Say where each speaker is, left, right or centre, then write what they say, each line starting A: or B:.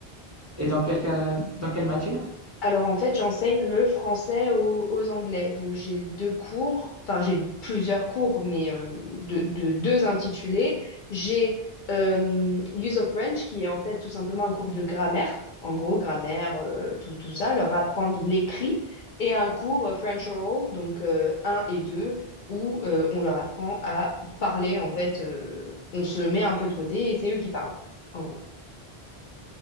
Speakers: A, on the right; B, on the left.
A: Et dans quel cas, dans quelle matière?
B: Alors en fait, j'enseigne le français aux, aux Anglais. Donc j'ai deux cours, enfin j'ai plusieurs cours, mais euh, de, de- deux intitulés. J'ai euh, Use of French, qui est en fait tout simplement un cours de grammaire, en gros grammaire, euh, tout, tout ça, leur apprendre l'écrit, et un cours euh, French Oral, donc euh, un et 2, où euh, on leur apprend à parler. En fait, euh, on se met un peu de côté et c'est eux qui parlent, en gros.